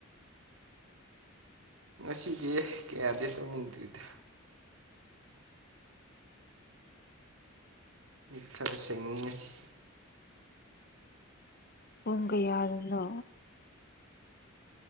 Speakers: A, on the right (about 75°); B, on the left (about 45°).
A: ꯉꯁꯤꯗꯤ ꯀꯌꯥꯗꯤ ꯇꯧꯅꯤꯡꯗꯣꯏꯗ ꯃꯤꯠ ꯈꯔ ꯁꯦꯡꯉꯤꯉꯁꯤ
B: ꯄꯨꯡ ꯀ ꯌꯥꯗꯅ